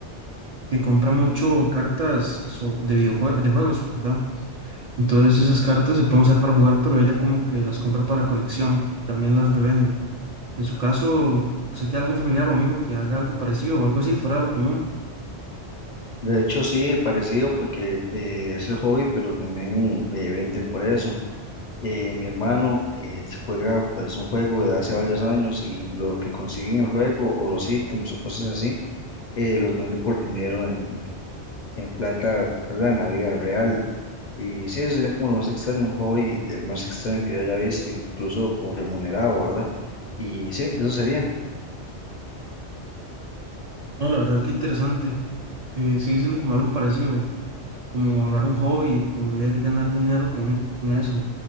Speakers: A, on the right; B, on the left.
A: que compra mucho cartas so- de videojuegos, de juegos, ¿verdad? Entonces esas cartas se pueden usar para jugar, pero ella como que las compra para colección y también las revende. En su caso, ¿usted tiene algún familiar o amigo que haga algo parecido o algo así, fuera de lo común?
B: De hecho, sí, parecido porque eh, es el hobby, pero también eh, vende por eso. Eh, mi hermano eh, juega pues un juego de hace varios años y lo que consigue en el juego o los ítems o cosas así, eh, los vende por dinero en, en plata, ¿verdad? En la vida real. Y sí, eso sería como lo más extraño, un hobby, el más extraño que yo haya visto, incluso como remunerado, ¿verdad? Y sí, eso sería.
A: No, la verdad que interesante eh, sigue siendo como algo parecido. como hablar un hobby y poder ganar dinero con, e- con eso.